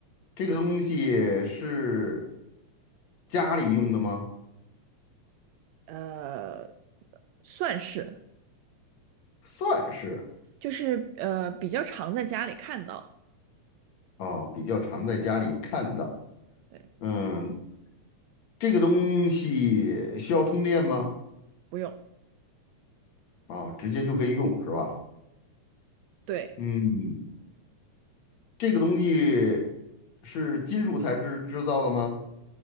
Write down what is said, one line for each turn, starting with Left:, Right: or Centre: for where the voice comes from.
Left: 这个东西是家里用的吗？
Right: 呃，算是，
Left: 算是
Right: 就是呃比较常在家里看到，
Left: 哦，比较常在家里看到。
Right: 对，
Left: 嗯，这个东西需要通电吗？
Right: 不用，
Left: 啊、直接就可以用是吧？
Right: 对，
Left: 嗯，这个东西是金属材质制造的吗？